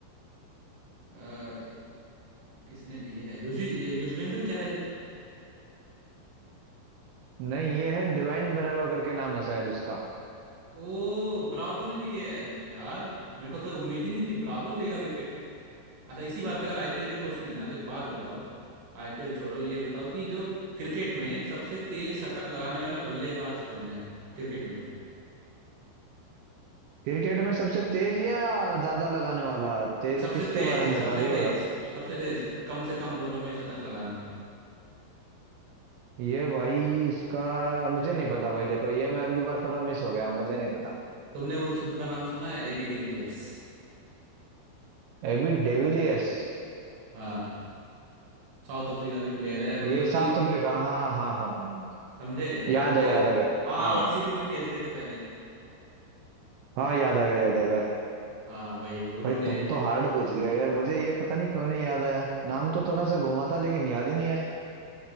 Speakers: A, on the right; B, on the right.
A: अ, किसने ली है युजी ये युजवेंद्र चहल
B: नहीं ये है डिवाइन ब्रेवो करके नाम है शायद उसका
A: ओ ब्रावो ने लिए है यार मेरे को तो उम्मीद ही नहीं थी ब्रावो लेगा विकेट अच्छा इसी बात पे अगर आईपीएल के क्वेश्चन है ना तो एक बात बताओ आईपीएल छोड़ो ये बताओ कि जो क्रिकेट में सबसे तेज शतक लगाने वाला बल्लेबाज कौन है क्रिकेट में
B: क्रिकेट में सबसे तेज या ज्यादा लगाने वाला तेज
A: सबसे
B: किसके
A: तेज
B: बारे में
A: सबसे
B: बता रही है
A: तेज
B: बता
A: सब, सबसे तेज कि कम से कम बॉलों में शतक लगाना
B: ये भाई इसका मुझे नहीं पता भाई देखो ये मैं अबकी बार थोड़ा मिस हो गया मुझे नहीं पता
A: तुमने वो उनका नाम सुना है एबी डिविलियर्स
B: AB de Villiers
A: हाँ साउथ अफ्रीका के प्लेयर है मतलब
B: ये साउथ
A: कि
B: अफ्रीका हाँ हाँ हाँ हाँ हाँ
A: समझे
B: याद
A: वो
B: है याद आ गया
A: हाँ
B: हाँ
A: आरसीबी
B: भाई
A: में खेलते थे पहले
B: हाँ याद आ गया याद आ गया
A: हाँ भाई उन्होंने
B: भाई तुम तो हार्ड पूछ लिया यार मुझे ये पता नहीं क्यों नहीं याद आया नाम तो थोड़ा सा घुमा था लेकिन याद ही नहीं आए